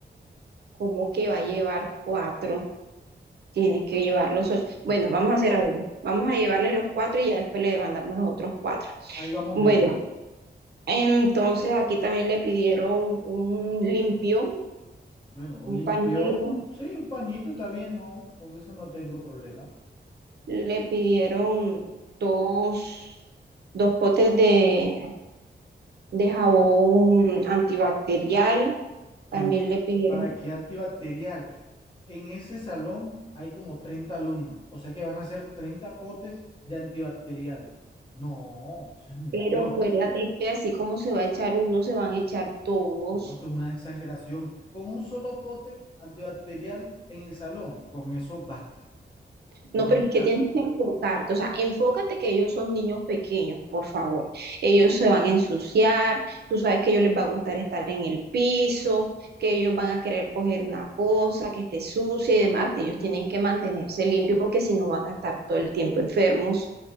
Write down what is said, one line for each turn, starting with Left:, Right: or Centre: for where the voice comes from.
Right: ¿cómo que va a llevar cuatro? Tienes que llevar los ocho. Bueno,
Left: Sí,
Right: vamos a hacer algo. Vamos a llevarle los cuatro y ya después le mandamos los otros cuatro.
Left: ahí vamos
Right: Bueno,
Left: viendo.
Right: entonces aquí también le pidieron un limpio,
Left: Bueno, un
Right: un
Left: limpio,
Right: pañuelo,
Left: sí, un pañito está bien, no, con eso no tengo problema.
Right: le pidieron dos, dos potes de, de jabón antibacterial,
Left: Pero,
Right: también le pidieron
Left: ¿para qué antibacterial? En ese salón hay como 30 alumnos, o sea que van a hacer 30 potes de antibacterial. No, eso es mucho.
Right: Pero acuérdate que así como se va a echar uno, se van a echar todos.
Left: No, eso es una exageración. Con un solo pote antibacterial en el salón, con eso basta. Pero
Right: No, pero
Left: mira,
Right: es que tienes que enfocarte, o sea, enfócate que ellos son niños pequeños, por favor. Ellos se van a ensuciar, tú sabes que a ellos les va a gustar estar en el piso, que ellos van a querer coger una cosa que esté sucia y demás. Ellos tienen que mantenerse limpios porque si no van a estar todo el tiempo enfermos.